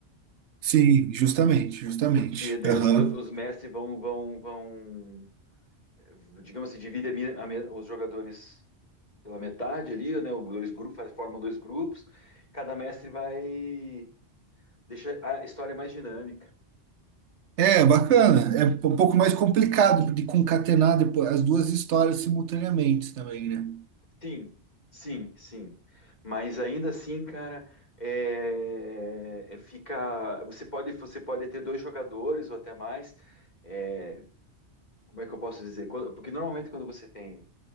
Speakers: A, on the right; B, on the left.
A: Sim, justamente, justamente.
B: porque daí
A: Aham.
B: os, do- os mestres vão, vão, vão, eh, digamos assim, dividem a mi- a me- os jogadores pela metade ali, né? Os dois grupos, faz- formam dois grupos. Cada mestre vai deixar a história mais dinâmica.
A: É, bacana. É um pouco mais complicado de concatenar depois as duas histórias simultaneamente também, né?
B: Sim, sim, sim. Mas ainda assim, cara, é, é, fica. Você pode, você pode ter dois jogadores ou até mais. é, como é que eu posso dizer? Quando- Porque normalmente quando você tem